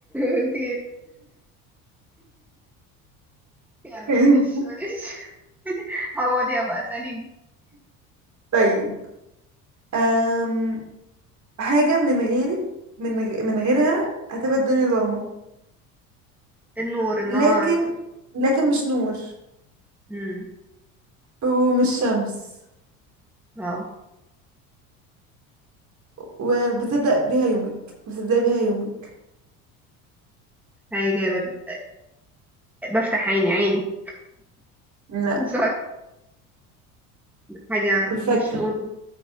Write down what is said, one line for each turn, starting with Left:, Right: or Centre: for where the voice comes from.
Centre: <laughs> انت يلا
Right: <laughs> أيوة.
Centre: معلش معلش عوضيها بقى ساليني
Right: طيب أم حاجة من غيرك من غ... من غيرها هتبقى الدنيا ضلمة
Centre: النور النهار
Right: لكن لكن مش نور
Centre: امم
Right: ومش شمس
Centre: اه
Right: وبتبدأ بيها يومك بتبدأ بيها يومك
Centre: حاجة ب- بفتح عيني عيني
Right: لا
Centre: <laughs> مش عارفة حاجة
Right: الفجر
Centre: مش نور